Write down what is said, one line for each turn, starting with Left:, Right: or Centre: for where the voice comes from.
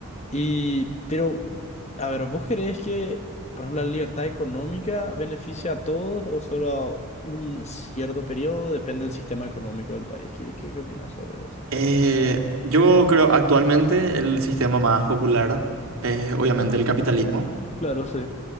Left: Y, pero, a ver, ¿vos creés que, por ejemplo, la libertad económica beneficia a todos o solo a un cierto periodo? Depende del sistema económico del país. ¿Qué, qué, qué opinás sobre eso?
Right: Eh, yo creo actualmente el sistema más popular es obviamente el capitalismo.
Left: Claro, sí,